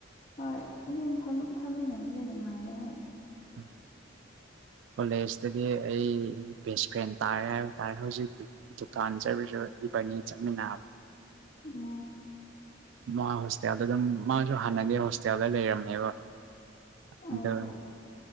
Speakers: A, on the left; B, on the right.
A: ꯍꯣꯏ ꯑꯗꯨꯝ ꯐꯝꯃꯤꯟꯅꯕꯗꯤ ꯅꯨꯡꯉꯥꯏꯌꯦ ꯍꯣꯏ
B: ꯎꯝ ꯀꯣꯂꯦꯖꯇꯗꯤ ꯑꯩ ꯕꯦꯁ ꯐ꯭ꯔꯦꯟ ꯇꯥꯔꯦ ꯍꯥꯏꯕ ꯇꯥꯏꯔꯦ ꯍꯧꯖꯤꯛ ꯗꯨꯀꯥꯟ ꯆꯠꯔꯤꯁꯨ ꯏꯕꯅꯤ ꯆꯃꯤꯟꯅ
A: ꯎꯝ
B: ꯃꯥ ꯍꯣꯁꯇꯦꯜꯗ ꯑꯗꯨꯝ ꯃꯥꯁꯨ ꯍꯥꯟꯅꯗꯤ ꯍꯣꯁꯇꯦꯜꯗ ꯂꯩꯔꯝꯅꯦꯕ ꯑꯗ
A: ꯑꯣ